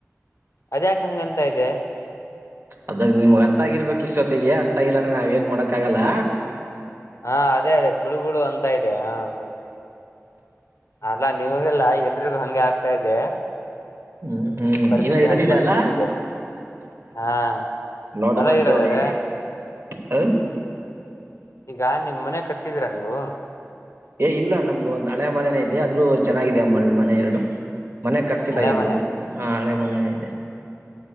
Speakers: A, on the left; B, on the right.
A: ಅದ್ಯಾಕ್ ಹಂಗಂತ ಇದೆ
B: ಅದಾಗ ನಿಮ್ಗ್ ಅರ್ಥ ಆಗಿರ್ಬೇಕ್ ಇಷ್ಟೊತ್ತಿಗೆ ಅರ್ಥ ಆಗಿಲ್ಲ ಅಂದ್ರೆ ನಾವ್ ಏನ್ ಮಾಡಕ್ ಆಗಲ್ಲ
A: ಹಾ ಅದೇ-ಅದೇ ಪುಳುಗುಳ ಅಂತ ಇದೆ ಹಾ ಹಾ ಅಲ್ಲಾ ನಿಮಗೆಲ್ಲ ಎಲ್ರಿಗೂ ಹಂಗೆ ಆಗ್ತಾ ಇದೆ
B: ಹ್ಮ್ -ಹ್ಮ್
A: ಪರಿಸ್ಥಿತಿ
B: ಇನ್ನ ಎರಡ
A: ಹಂಗ್
B: ಇದೆ
A: ಬಂದ್ಬಿಟ್ಟಿದೆ
B: ಅಲ್ಲ
A: ಹಾ
B: ನೋಡಣ
A: ಅಲ್ಲ ಇರೋದಾರೆ
B: ತಗೊಳ್ಳಿ ಹೂ
A: ಈಗ ನಿಮ ಮನೆ ಕಟ್ಸಿದೀರಾ ನೀವು
B: ಏ ಇಲ್ಲ ನಮ್ದು ಒಂದ್ ಹಳೆ ಮನೆನೇ ಇದೆ ಆದ್ರೂ ಚೆನ್ನಾಗಿದೆ ಅಮ್ಮನ ಮನೆ ಎರಡು ಮನೆಕಟಸಿಲ್
A: ಹಳೆ
B: ಇದುವರೆಗೂ
A: ಮನೆ
B: ಹಾ ಹಳೆ ಮನೇ ಇದೆ